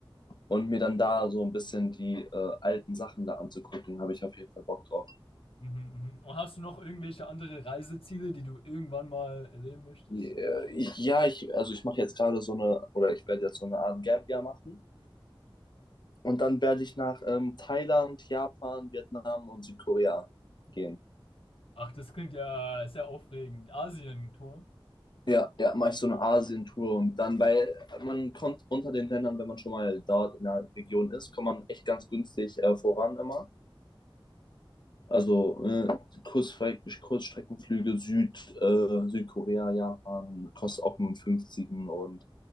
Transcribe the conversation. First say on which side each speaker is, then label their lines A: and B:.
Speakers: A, on the left; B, on the left.
A: und mir dann da so ein bisschen die äh, alten Sachen da anzugucken, habe ich auf jeden Fall Bock drauf.
B: Mhm, mhm. Und hast du noch irgendwelche andere Reiseziele, die du irgendwann mal erleben möchtest?
A: Äh, ich- Ja, ich, also ich mache jetzt gerade so eine, oder ich werde jetzt so eine Art Gap Year machen. Und dann werde ich nach ähm, Thailand, Japan, Vietnam und Südkorea gehen.
B: Ach, das klingt ja sehr aufregend. Asien-Tour.
A: Ja, ja, mache ich so eine Asien-Tour und dann, weil man kommt unter den Ländern, wenn man schon mal dort in der Region ist, kommt man echt ganz günstig äh, voran immer. Also äh, Kurzstreck Kurzstreckenflüge Süd, äh, Südkorea, Japan, kostet auch nur einen 50 und